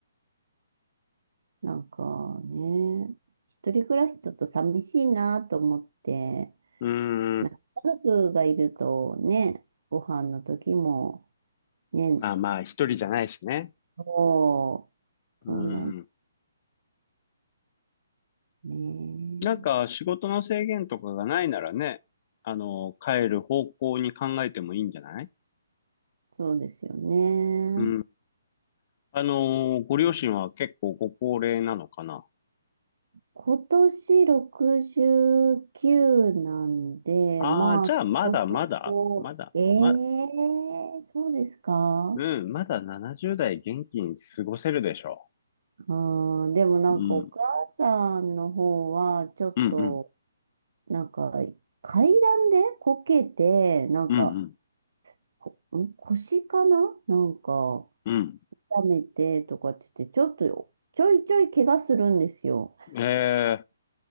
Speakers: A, on the right; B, on the left.
A: なんかね、一人暮らしちょっと寂しいなと思って、
B: う
A: なんか家族がいるとね、
B: ん。
A: ご飯の時もね、
B: まあまあ、一人じゃないしね。
A: そう、
B: うん。
A: そうなんねえ。
B: なんか、仕事の制限とかがないならね、あの、帰る方向に考えてもいいんじゃない
A: そうですよね。
B: うん。あの、ご両親は結構ご高齢なのかな。
A: 今年69なんで、
B: ああー、
A: まあ、
B: じゃあ、
A: そこそこ、
B: まだまだ、まだ、
A: ええそうですか
B: ま、うん、まだ70代元気に過ごせるでしょ
A: あー、でもなんかお母さんの方は、
B: ううん、
A: ちょっと、
B: うん、うん、
A: なんか、階段でこけて、なんか、
B: うん、うん、
A: こん腰かななんか、
B: うん。
A: 痛めてとかって言って、ちょっと、ちょいちょい怪我するんですよ。
B: ええ